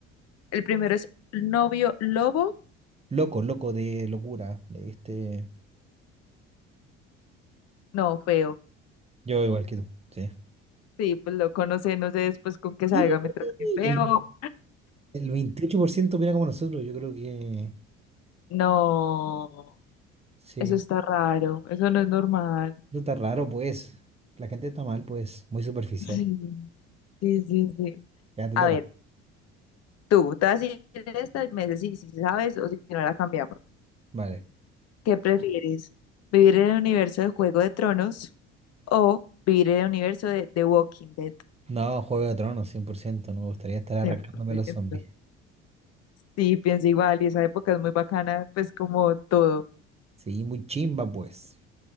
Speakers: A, on the left; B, on the right.
A: El primero es novio lobo.
B: Loco, loco de locura. De este...
A: No, feo.
B: Yo igual que tú. Sí.
A: Sí, pues lo conoce, no sé después con qué salga
B: Y
A: mientras que feo.
B: el, el 28% opina como nosotros. Yo creo que
A: No,
B: sí.
A: eso está raro, eso no es normal.
B: Eso está raro, pues. La gente está mal, pues. Muy superficial.
A: <laughs> Sí, sí, sí. sí.
B: Ya te
A: A
B: toca.
A: ver, tú, te vas a decir esta y me dices si si sabes o si no la cambiamos.
B: Vale.
A: ¿Qué prefieres? ¿Vivir en el universo de Juego de Tronos o vivir en el universo de The Walking Dead?
B: No, Juego de Tronos, cien por ciento No me gustaría estar arrancándome
A: 100%.
B: los zombies.
A: Sí, pienso igual, y esa época es muy bacana, pues como todo,
B: Sí, muy chimba, pues.